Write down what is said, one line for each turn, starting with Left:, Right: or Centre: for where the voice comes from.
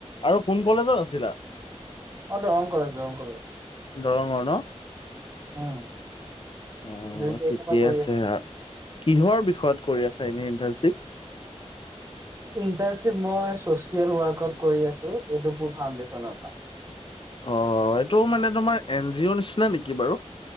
Left: আৰু কোন কলেজত আছিলা?
Right: মই দৰং কলেজ দৰং কলেজ
Left: দৰঙৰ ন
Right: উম।
Left: অ
Right: দুই তাৰিখৰ
Left: ঠিকে
Right: পৰা কৰি
Left: আছে
Right: আছো।
Left: কিহৰ বিষয়ত কৰি আছা? এনেই ধৰা তাৰ পিছত
Right: ইণ্টাৰ্ণশ্বিপ মই চচিয়েল ৱৰ্কত কৰি আছো এডুপুৰ ফাউডেশ্যনৰ পৰা।
Left: অ এইটো মানে তোমাৰ এন জি অ' নিচিনা নেকি বাৰু?